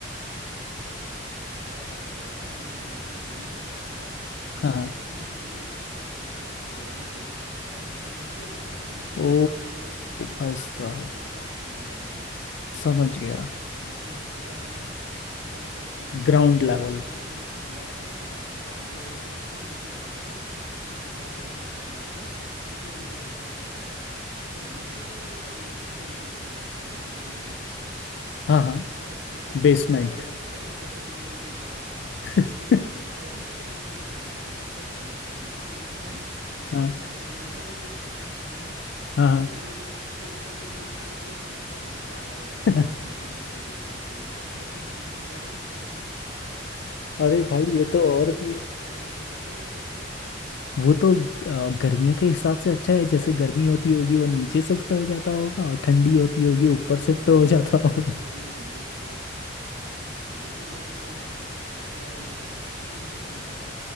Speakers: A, on the right; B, on the left.
A: नहीं क्या किया था पता है तुमने वो अपने जमीन पे जहाँ है ना
B: हाँ
A: उसने
B: हाँ,
A: जमीन पूरे गड्ढा मतलब खुदवाई थी और नीचे मतलब जमीन खुदवा
B: ओ
A: के नीचे एक रूम
B: भाई
A: बना
B: साहब
A: के वहां से स्टार्ट किया बनाना एकदम
B: समझ
A: नीचे
B: गया
A: से मतलब समझ ले एक पूरा रूम जो है मतलब बीस
B: Ground
A: बीस
B: level
A: पच्चीस फीट खुदवा के हाँ ग्राउंड लेवल से भी नीचे जाके उसने खुदवा के वहां से बना के और फिर ऊपर की तरफ उठाया है तो नीचे का जो उसका रूम था ना जो मतलब एकदम जमीन के नीचे था
B: हाँ हाँ
A: ठीक है वो तो बहुत
B: बेसमेंट
A: ठंडा लगता था ऊपर के दो रूम तो गर्म हाँ
B: <laughs>
A: बेसमेंट नहीं था वही उसका मेन रूम था जहां पे सबसे अच्छा लगता था मतलब लिटरली उसकी
B: हाँ
A: वेंटिलेटर और जो कांच थी ना वहां
B: हाँ
A: पे रोड से ऊपर जो लोग जाते थे वो दिखता था कि जा रहे हैं वो
B: <laughs>
A: वहां
B: हाँ।
A: से ऐसे ऊपर की तरफ दिखता था कि वो जा रहे हैं <laughs> लेकिन घर उसका नीचे था
B: अरे भाई
A: भाई
B: ये तो
A: वो भी
B: और
A: एक
B: भी
A: गजब डिजाइन था मैंने पहली बार देखा
B: वो तो अ, गर्मियों के हिसाब से अच्छा है जैसे गर्मी होती होगी वो नीचे शिफ्ट हो जाता होगा और ठंडी होती होगी ऊपर
A: और
B: शिफ्ट
A: भाई
B: हो
A: हाँ
B: जाता
A: और
B: होगा
A: जो भी लोग थे हाँ जो भी लोग थे ना वहां पे सब पैसे वाले लोग थे और सबका यही फंडा था